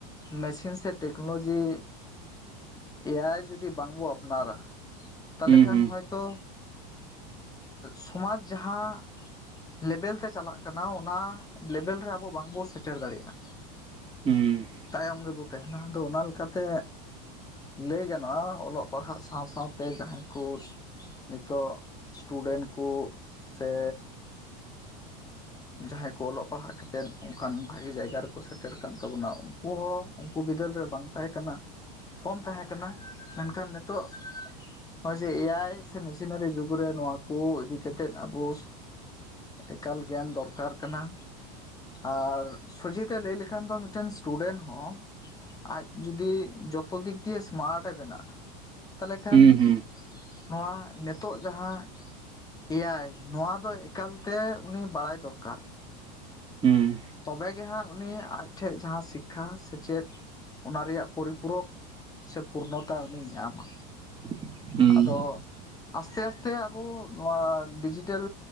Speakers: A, on the left (about 15°); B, on the right (about 25°).
A: ᱢᱮᱥᱤᱱ ᱥᱮ ᱴᱮᱠᱱᱳᱞᱳᱡᱤ ᱮᱭᱟᱭ ᱡᱩᱫᱤ ᱵᱟᱝᱵᱚ ᱟᱯᱱᱟᱨᱟ ᱛᱟᱦᱚᱞᱮ
B: ᱦᱩᱸ
A: ᱠᱷᱟᱱ
B: ᱦᱩᱸ
A: ᱦᱚᱭᱛᱚ ᱥᱚᱢᱟᱡᱽ ᱡᱟᱦᱟᱸ ᱞᱮᱵᱮᱞ ᱛᱮ ᱪᱟᱞᱟᱜ ᱠᱟᱱᱟ ᱚᱱᱟ ᱞᱮᱵᱮᱞ ᱨᱮ ᱟᱵᱚ ᱵᱟᱝᱵᱚ ᱥᱮᱴᱮᱨ ᱫᱟᱲᱮᱭᱟᱜᱼᱟ
B: ᱦᱩᱸ
A: ᱛᱟᱭᱚᱢ ᱜᱮᱵᱚ ᱛᱟᱦᱮᱱᱟ ᱟᱫᱚ ᱚᱱᱟ ᱞᱮᱠᱟᱛᱮ ᱞᱟᱹᱭ ᱜᱟᱱᱚᱜᱼᱟ ᱚᱞᱚᱜ ᱯᱟᱲᱦᱟᱜ ᱥᱟᱶ ᱥᱟᱶᱛᱮ ᱡᱟᱦᱟᱸᱭ ᱠᱚ ᱛᱚ ᱥᱴᱩᱰᱮᱱᱴ ᱠᱚ ᱥᱮ ᱡᱟᱦᱟᱸᱭ ᱠᱚ ᱚᱞᱚᱜ ᱯᱟᱲᱦᱟᱜ ᱠᱟᱛᱮᱫ ᱚᱱᱠᱟᱱ ᱵᱷᱟᱜᱤ ᱡᱟᱭᱜᱟ ᱨᱮᱠᱚ ᱥᱮᱴᱮᱨ ᱟᱱᱟᱱ ᱛᱟᱵᱚᱱᱟ ᱩᱱᱠᱩ ᱦᱚᱸ ᱩᱱᱠᱩ ᱵᱤᱫᱟᱹᱞ ᱨᱮ ᱵᱟᱝ ᱛᱟᱦᱮᱸ ᱠᱟᱱᱟ ᱠᱚᱢ ᱛᱟᱸᱦᱮ ᱠᱟᱱᱟ ᱢᱮᱱᱠᱷᱟᱱ ᱱᱤᱛᱚᱜ ᱱᱚᱜᱼᱚᱭ ᱡᱮ ᱮᱭᱟᱭ ᱥᱮ ᱢᱮᱥᱤᱱᱟᱨᱤ ᱡᱩᱜᱽ ᱨᱮ ᱱᱚᱣᱟ ᱠᱚ ᱤᱫᱤ ᱠᱟᱛᱮᱫ ᱟᱵᱚ ᱮᱠᱟᱞ ᱜᱮᱭᱟᱱ ᱫᱚᱨᱠᱟᱨ ᱠᱟᱱᱟ ᱟᱨ ᱥᱚᱡᱷᱮᱛᱮ ᱮ ᱞᱟᱹᱭ ᱞᱮᱠᱷᱟᱱ ᱫᱚ ᱢᱤᱫᱴᱮᱱ ᱥᱴᱩᱰᱮᱱᱴ ᱦᱚᱸ ᱟᱡ ᱡᱩᱫᱤ ᱡᱚᱛᱚ ᱫᱤᱠ ᱫᱤᱭᱮ ᱥᱢᱟᱨᱴ ᱮ ᱵᱮᱱᱟᱜᱼᱟ ᱛᱟᱦᱚᱞᱮ ᱠᱷᱟᱱ
B: ᱦᱩᱸ ᱦᱩᱸ ᱦᱩᱸ
A: ᱱᱚᱣᱟ ᱱᱤᱛᱳᱜ ᱡᱟᱦᱟᱸ ᱮᱭᱟᱭ ᱱᱚᱣᱟ ᱫᱚ ᱮᱠᱟᱞ ᱛᱮ ᱩᱱᱤ ᱵᱟᱲᱟᱭ ᱫᱚᱨᱠᱟᱨ
B: ᱦᱩᱸ
A: ᱛᱚᱵᱮᱜᱮ ᱦᱟᱸᱜ ᱩᱱᱤ ᱟᱡᱴᱷᱮᱡ ᱡᱟᱦᱟᱸ ᱥᱤᱠᱠᱷᱟ ᱥᱮᱪᱮᱫ ᱚᱱᱟ ᱨᱮᱭᱟᱜ ᱯᱚᱨᱤ ᱯᱩᱨᱳᱠ ᱥᱮ ᱯᱩᱨᱱᱚᱛᱟ ᱩᱱᱤᱭ ᱧᱟᱢᱟ
B: ᱦᱮᱸ
A: ᱟᱫᱚ ᱟᱥᱛᱮ ᱟᱥᱛᱮ ᱟᱵᱚ ᱱᱚᱣᱟ ᱰᱤᱡᱤᱴᱮᱞ